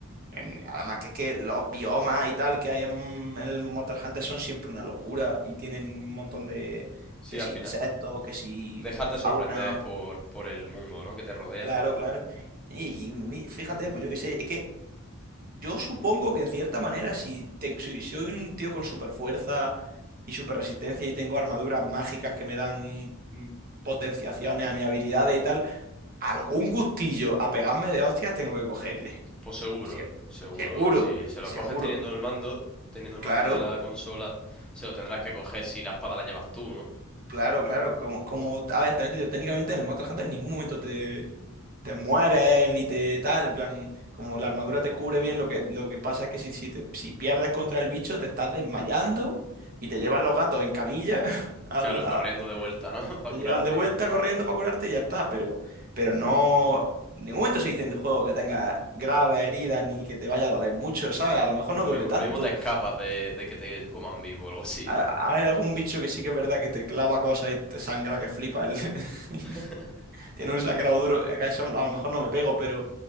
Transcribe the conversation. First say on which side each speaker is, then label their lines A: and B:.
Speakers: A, on the right; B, in the centre.
A: En- Además que es que los biomas y tal que hay en, en el Monster Hunter son siempre una locura y tienen un montón de,
B: sí,
A: que si
B: al final.
A: insectos, que si
B: Dejarte
A: fauna,
B: sorprender por, por el mundo, ¿no? que te rodea.
A: claro, claro. Y, y mi- fíjate, pues yo qué sé, es que yo supongo que en cierta manera, si, te- si si soy un tío con super fuerza y super resistencia y tengo armaduras mágicas que me dan mm, potenciaciones a mis habilidades y tal, algún gustillo a pegarme de hostias tengo que cogerle.
B: Pues seguro,
A: Se-
B: seguro,
A: Seguro,
B: si se
A: seguro.
B: lo coges teniendo el mando, teniendo el mando
A: Claro,
B: de la consola, se lo tendrás que coger si la espada la llevas tú, ¿no?
A: claro, claro. Como, como, a ver, también te digo, técnicamente en el Monster Hunter en ningún momento te te mueres ni te tal, en plan, como la armadura te cubre bien, lo que, lo que pasa es que si, si, te, si pierdes contra el bicho te estás desmayando y te llevan los gatos en camilla, <laughs> al-
B: Claro,
A: a-
B: corriendo de vuelta, ¿no? <laughs> Para
A: te
B: curarte.
A: llevan de vuelta corriendo para curarte y ya está, pero, pero no, en ningún momento se dice en el juego que tengas graves heridas ni que te vaya a doler mucho, ¿sabes? A lo mejor
B: Sí,
A: no
B: Lo
A: duele
B: mismo,
A: tanto.
B: lo mismo te escapas de, de que te coman vivo o algo así,
A: A-
B: ¿no?
A: Hay algún bicho que sí que es verdad que te clava cosas y te sangra que flipa el... <laughs>
B: <laughs>
A: Tiene un sangrado duro. Acá eso a lo mejor no me pego, pero